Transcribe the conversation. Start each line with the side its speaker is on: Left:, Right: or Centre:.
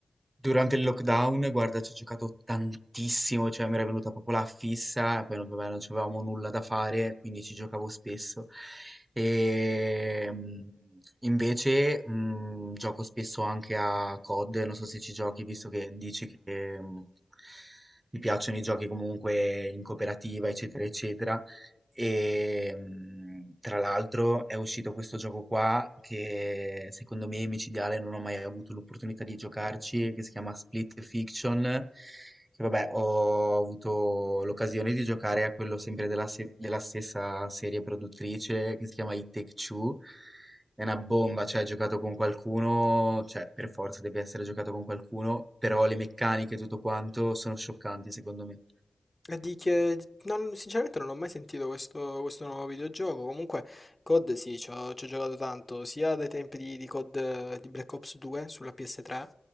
Right: durante il lockdown, guarda, ci ho giocato tantissimo, cioè mi era venuta proprio la fissa, e poi non, vabbè, non avevamo nulla da fare, quindi ci giocavo spesso. E mh, invece mh, gioco spesso anche a COD, non so se ci giochi, visto che dici che mh, ti piacciono i giochi comunque in cooperativa, eccetera, eccetera. E mhmm, tra l'altro è uscito questo gioco qua che secondo me è micidiale, non ho mai avuto l'opportunità di giocarci, che si chiama Split Fiction, che vabbè ho avuto l'occasione di giocare a quello sempre della se della stessa serie produttrice che si chiama It Take Two. È una bomba, cioè giocato con qualcuno, cioè per forza deve essere giocato con qualcuno, però le meccaniche e tutto quanto sono scioccanti secondo me.
Left: E di che... di- non- sinceramente non ho mai sentito questo, questo nuovo videogioco. Comunque, COD sì, ci ho, ci ho giocato tanto, sia dai tempi di, di COD eh, di Black Ops 2 sulla PS3,